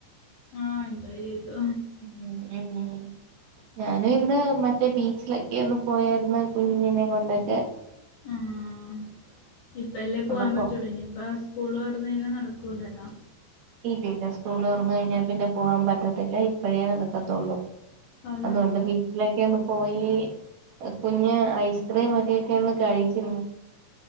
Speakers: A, on the left (about 55°); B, on the right (about 65°).
A: ആഹ എഞ്ജോയ് ചെയ്തു
B: ഉം ഉം ഉ ഞാനും ഇന്ന് മറ്റേ ബീച്ചിലൊക്കെ ഒന്ന് പോയായിരുന്നു കുഞ്ഞിനെ കൊണ്ടൊക്കെ
A: ആഹ ഇപ്പ എല്ലേ പോവാൻ
B: അപ്പൊ
A: പറ്റുള്ളൂ ഇനിയിപ്പസ് സ്കൂൾതോരന്ന് കഴിഞ്ഞാൽ നടക്കുലല്ലോ
B: ഇല്ല ഇല്ല സ്കൂളൊർന്ന് കഴിഞ്ഞാ പിന്നെ പോവാൻ പറ്റത്തില്ല ഇപ്പഴേ നടുക്കത്തുള്ളൂ.
A: അതെ
B: അതുകൊണ്ട് പി ട്ടിലൊക്കെ ഒന്ന് പോയി കുഞ്ഞ് ഐസ്ക്രീം ഒക്കെക്കെ ഒന്ന് കഴിച്ചി